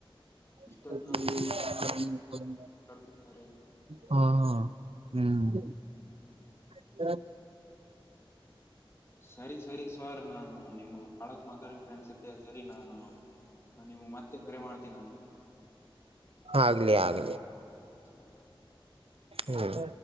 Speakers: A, on the right (about 80°); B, on the left (about 30°).
A: <inaudible>
B: ಇಷ್ಟೊತ್ನಲ್ಲಿ ಅಕ್ಕಡೆ ಕಡ್ತಿದ್ದಾರೆ.
A: ಹಾ ಹ ಹ್ಮ್. ಹ
B: ಸರಿ ಸರಿ ಸವರ್ ನಾನು ನಿಮ್ ಬಾಳಕ್ ಮಾತಾಡ್ಬಿಟ್ರೆ ಅನ್ಸುತ್ತೆ ಸರಿ ನಾನು ನಿಮ್ ಮತ್ತೆ. ಕರೆ ಮಾಡ್ತೀನ ಅಂತೆ.
A: ಆಗ್ಲಿ ಆಗ್ಲಿ.
B: ಹ
A: ಹ್ಮ್